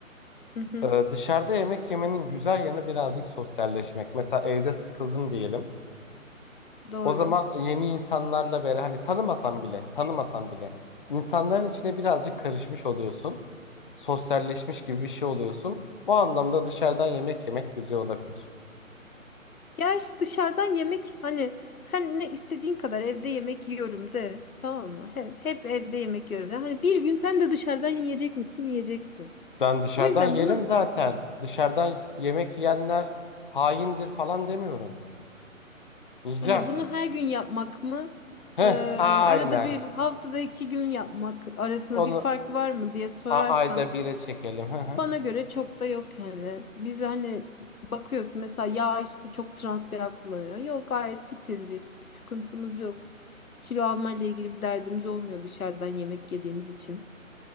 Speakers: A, on the left; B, on the left.
A: Hı hı.
B: Ee, dışarıda yemek yemenin güzel yanı birazcık sosyalleşmek. Mesela evde sıkıldın diyelim.
A: Doğru.
B: O zaman yeni insanlarla beraber hani tanımasan bile tanımasan bile insanların içine birazcık karışmış oluyorsun. Sosyalleşmiş gibi bir şey oluyorsun. O anlamda dışarıdan yemek yemek güzel olabilir.
A: Ya işte dışarıdan yemek hani sen ne istediğin kadar evde yemek yiyorum de tamam mı? Hep, hep evde yemek yiyorum de. Hani bir gün sen de dışarıdan yiyecek misin? Yiyeceksin.
B: Ben dışarıdan
A: O yüzden
B: yerim
A: bunu
B: zaten. Dışarıdan yemek yiyenler haindir falan demiyorum. Yiyeceğim.
A: hani bunu her gün yapmak mı?
B: Heh,
A: Ee,
B: aynen.
A: arada bir haftada iki gün yapmak arasında
B: Onu
A: bir fark var mı diye sorarsan
B: a- ayda bire çekelim. Hı hı.
A: Bana göre çok da yok yani. Biz hani bakıyorsun mesela yağ işte çok trans yağ kullanıyor. Yok gayet fitiz biz. Bir sıkıntımız yok. Kilo almayla ilgili bir derdimiz olmuyor dışarıdan yemek yediğimiz için.